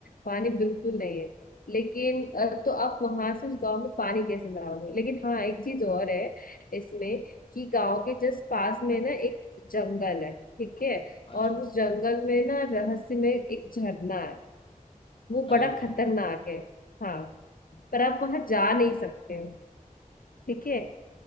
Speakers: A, on the left; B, on the left.
A: पानी बिल्कुल नहीं है लेकिन अ, तो आप वहां से उस गांव में पानी कैसे लाओगे लेकिन हाँ एक चीज और है इसमें कि गांव के जस्ट पास में ना एक जंगल है ठीक है
B: अच्छा
A: और उस जंगल में ना रहस्य में एक झरना है वो
B: अरे
A: बड़ा
B: वाह
A: खतरनाक है हाँ पर आप वहां जा नहीं सकते हो ठीक है